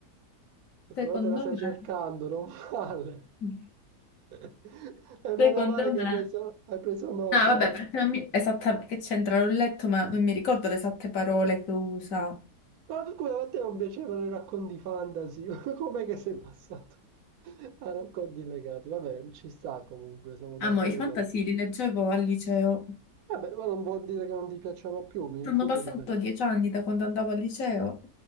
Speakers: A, on the left; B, on the right.
A: secondo
B: però te la stai
A: me,
B: cercando, non male.
A: <laughs>
B: <laughs> E meno
A: secondo
B: male che
A: me.
B: hai preso, hai preso nota,
A: No, vabbè,
B: eh.
A: perché non mi... esattamente che c'entra, l'ho letto, ma non mi ricordo le esatte parole che usa.
B: Ma scusa, a te non piacevano i racconti fantasy? <laughs> Com'è che sei passato a racconti legati? Vabbè, ci sta comunque, sono d'accordo.
A: Ah, mo, i fantasy li leggevo al liceo.
B: Vabbè, ma non vuol dire che non ti piacciono più, mi
A: Sono
B: rifiuto
A: passato
B: di me.
A: dieci anni da quando andavo al liceo.